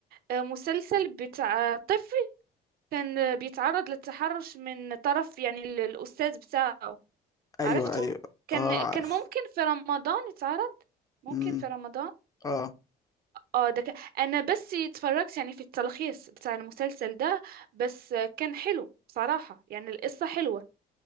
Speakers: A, on the right; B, on the left.
A: آه مسلسل بتاع طفل كان آه، بيتعرض للتحرش من طرف يعني ال- الأستاذ بتاعه
B: ايوه
A: عرفته
B: ايوه
A: كان
B: اه عارف
A: كان ممكن في رمضان يتعرض ممكن
B: امم
A: في رمضان
B: اه
A: اه ده كان انا بس اتفرجت يعني في التلخيص بتاع المسلسل ده بس كان حلو بصراحة يعني القصة حلوة